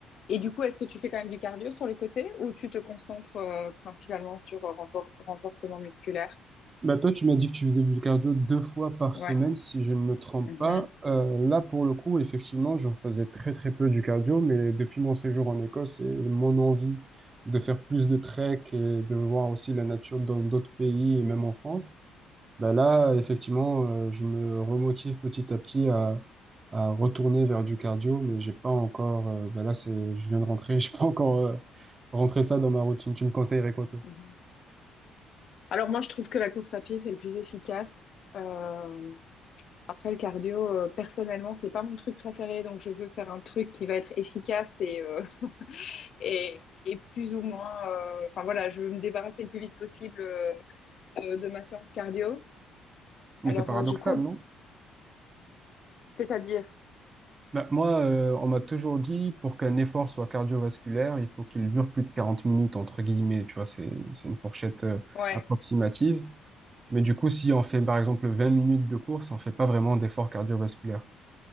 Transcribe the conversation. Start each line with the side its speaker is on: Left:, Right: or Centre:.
Left: et du coup, est-ce que tu fais quand même du cardio sur le côté ou tu te concentres euh, principalement sur euh, renfor- renforcement musculaire?
Right: Bah toi, tu m'as dit que tu faisais du cardio deux fois par
Left: Ouais.
Right: semaine, si je ne me trompe
Left: Mhm,
Right: pas. Euh, là, pour le coup, effectivement, j'en faisais très très peu du cardio, mais depuis mon séjour en Écosse et mon envie de faire plus de trek et de voir aussi la nature dans d'autres pays et même en France, Ben là, effectivement, euh, je me remotive petit à petit à, à retourner vers du cardio, mais j'ai pas encore. euh, ben là, c'est, je viens de rentrer, <laughs> j'ai pas encore euh, rentré ça dans ma routine. Tu me conseillerais quoi, toi?
Left: mhm. Alors moi, je trouve que la course à pied, c'est le plus efficace. Euh, après, le cardio, euh, personnellement, c'est pas mon truc préféré, donc je veux faire un truc qui va être efficace et, euh, <laughs> et, et plus ou moins... euh, Enfin voilà, je veux me débarrasser le plus vite possible euh, euh, de ma séance cardio.
Right: Mais
Left: Alors,
Right: c'est paradoxal,
Left: euh, je cours...
Right: non?
Left: C'est-à-dire
Right: Ben, moi, euh, on m'a toujours dit pour qu'un effort soit cardiovasculaire, il faut qu'il dure plus de 40 minutes entre guillemets. Tu vois, c'est c'est une fourchette euh,
Left: Ouais.
Right: approximative. Mais du coup, si on fait par exemple 20 minutes de course, on fait pas vraiment d'effort cardiovasculaire.